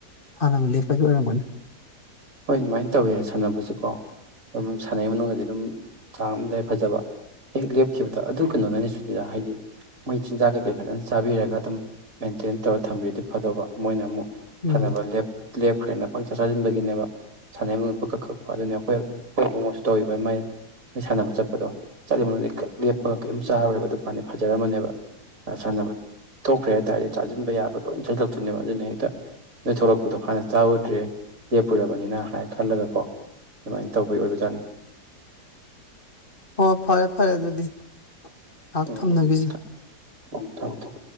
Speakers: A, on the left; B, on the right.
A: ꯁꯥꯟꯅꯕ ꯂꯦꯞꯄꯒꯤ ꯑꯣꯏꯔꯝꯒꯅꯤ
B: ꯍꯣꯏ ꯑꯗꯨꯃꯥꯏ ꯇꯧꯋꯦ ꯍꯥꯏ ꯁꯥꯟꯅꯕꯁꯤꯀꯣ ꯑꯗꯨꯝ ꯁꯥꯟꯅꯩ ꯃꯅꯨꯡꯗꯗꯤ ꯑꯗꯨꯝ ꯆꯥꯡ ꯑꯃꯗ ꯍꯦꯛ ꯐꯖꯕ ꯍꯦꯛ ꯂꯦꯞꯈꯤꯕꯗ ꯑꯗꯨ ꯀꯩꯅꯣꯅꯅꯦ ꯏꯔꯥ ꯍꯥꯏꯗꯤ ꯃꯣꯏ ꯆꯤꯟꯖꯥꯛ ꯀꯩꯀꯩ ꯐꯖꯅ ꯆꯥꯕꯤꯔꯒ ꯑꯗꯨꯝ ꯃꯦꯟꯇꯦꯟ ꯇꯧꯔ ꯊꯝꯕꯤꯔꯗꯤ ꯐꯗꯧꯕ ꯃꯣꯏꯅ ꯑꯃꯨꯛ
A: ꯎꯝ
B: ꯐꯅꯕ ꯂꯦꯞ ꯂꯦꯞꯈ꯭ꯔꯦꯅ ꯄꯪꯆꯥ ꯆꯥꯖꯤꯟꯕꯒꯤꯅꯦꯕ ꯁꯥꯟꯅꯩ ꯃꯅꯨꯡ ꯄꯀꯛ ꯀꯛꯄ ꯑꯗꯨꯅꯤ ꯑꯈꯣꯏ ꯈꯣꯏ ꯏꯕꯨꯡꯉꯣꯁꯨ ꯇꯧꯋꯤꯕ ꯃꯥꯏ ꯁꯥꯟꯅꯕ ꯆꯠꯄꯗꯣ ꯆꯠꯂꯤ ꯃꯅꯨꯗꯤ ꯀꯛ ꯂꯦꯞꯄꯒ ꯀꯩꯝ ꯆꯥꯔꯣꯏꯕ ꯑꯗꯨꯀꯥꯟꯗꯤ ꯐꯖꯔꯝꯃꯅꯦꯕ ꯁꯥꯟꯅꯕ ꯇꯣꯛꯈ꯭ꯔꯦ ꯍꯥꯏ ꯇꯥꯔꯗꯤ ꯆꯥꯖꯤꯟꯕ ꯌꯥꯕ ꯂꯣꯏ ꯆꯖꯤꯜꯂꯛꯇꯣꯏꯅꯦꯕ ꯑꯗꯨꯅ ꯍꯦꯛꯇ ꯅꯣꯏ ꯊꯣꯛꯔꯛꯄꯗꯣ ꯍꯥꯟꯅ ꯆꯥꯎꯗ꯭ꯔꯦ ꯂꯦꯞꯄꯨꯔꯕ ꯕꯅꯤꯅ ꯍꯥꯏ ꯈꯜꯂꯒꯀꯣ ꯑꯗꯨꯃꯥꯏꯅ ꯇꯧꯕꯩ ꯑꯣꯏꯕꯖꯥꯠꯅꯤ
A: ꯍꯣ ꯐꯔꯦ ꯐꯔꯦ ꯑꯗꯨꯗꯤ ꯉꯥꯏꯍꯥꯛ
B: ꯎꯝ
A: ꯊꯝꯅꯈꯤꯁꯤ
B: ꯎꯝ ꯈꯥ ꯊꯝ ꯊꯝ